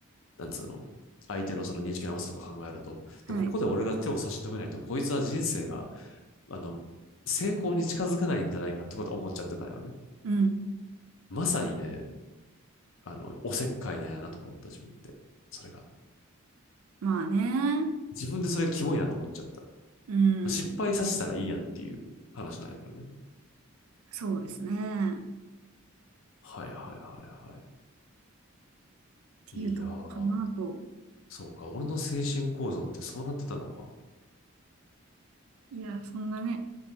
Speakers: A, on the left; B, on the right.
A: なんつうの相手のその認識直すとか考えると。で、
B: はい、
A: ここで俺が手を差し伸べないと、こいつは人生が、あの、成功に近づかないんじゃないかとかと思っちゃってたよね。
B: うん。
A: まさにね、あの、おせっかいなんやなと思った自分って。それが。
B: まあね、
A: 自分でそれがキモいなと思っちゃった。
B: うん、
A: 失敗させたらいいやんっていう話なんやけどね。
B: そうですね。っ
A: はいはいはいはい。
B: ていうとこかなと。
A: いやー、そうか。俺の精神構造ってそうなってたのか。
B: いや、そんなね、